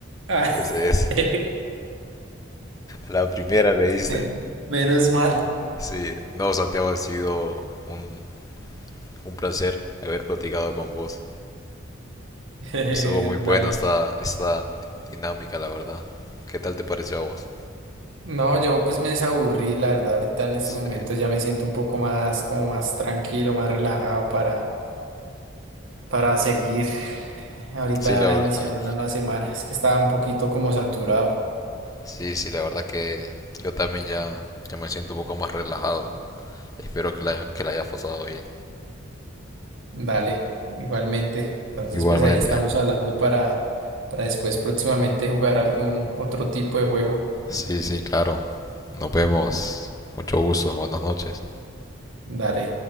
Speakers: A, on the right; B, on the left.
A: Ah,
B: Ese es,
A: <laughs>
B: la primera le dice.
A: men- menos mal.
B: Sí, no, Santiago, ha sido un, un placer haber platicado con vos.
A: <laughs>
B: Estuvo muy buena
A: Dale.
B: esta, esta dinámica, la verdad. ¿Qué tal te pareció a vos?
A: No, yo pues me desaburrí, la verdad, ahorita en este
B: Sí,
A: momento ya me siento un poco más, como más tranquilo, más relajado para, para seguir <sighs> ahorita
B: sí, la verdad.
A: iniciar una nueva semana. Es que estaba un poquito como saturado.
B: Sí, sí, la verdad que yo también ya, ya me siento un poco más relajado. Espero que la, que la hayas pasado bien.
A: Dale, igualmente. Entonces,
B: Igualmente.
A: pues ahí estamos hablando para, para después próximamente jugar algún otro tipo de juego.
B: Sí, sí, claro. Nos vemos. Mucho gusto. Buenas noches.
A: Dale.